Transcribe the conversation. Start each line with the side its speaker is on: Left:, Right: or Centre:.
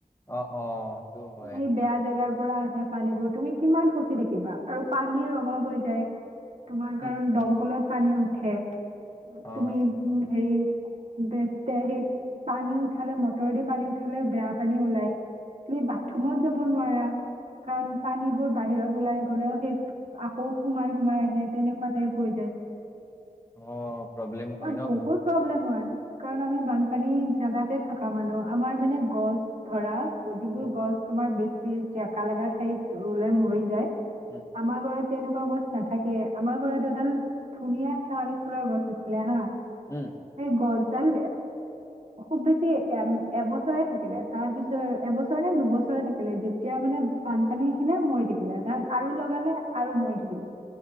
Left: অ', -অ'। হয়
Right: সেই বেয়া জেগা। পৰা আহে পানীবোৰ, তুমি কিমান খচি থাকিবা আৰু পানীৰ অভাৱ হৈ যায়। তোমাৰ
Left: উম,
Right: কাৰণ দমকলত
Left: উম,
Right: পানী উঠ উঠে।
Left: অ
Right: তুমি উম' হেৰি সেই পানী উঠালে মটৰেদি পানী উঠালে, বেয়া পানী ওলাই তুমি ৰুমত যাব নোৱাৰা কাৰণ পানীবোৰ বাহিৰত ওলাই গলেও সেই আকৌ সোমাই, সোমাই আহে তেনেকুৱা টাইপ হৈ যায়।
Left: অ' প্ৰব্লেম
Right: বা
Left: হয় ন বহুত।
Right: প্ৰব্লেম হয় কাৰণ আমি বানপানী জেগাতে থকা মানুহ আমাৰ মানে গছ ধৰা কজিবোৰ
Left: উম
Right: গছ। তমাৰ বেছি জেকা লগা ঠাইত ৰুলে মৰি যায়।
Left: উম
Right: আমাৰ ঘৰত তেনেকুৱা গছ নাথাকে, আমাৰ ঘৰত এডাল ধুনীয়া শেৱালি ফুলৰ গছ আছিলে হা
Left: উম
Right: সেই গছ এডাল খুব বেছি এ এবছৰে থাকিলে তাৰ পিছৰ এবছৰ নে দুবছৰ থাকিলে যেতিয়া মানে বানপানী আহিলে মৰি থাকিলে ত আৰু লগালে আৰু মৰি থাকিলে।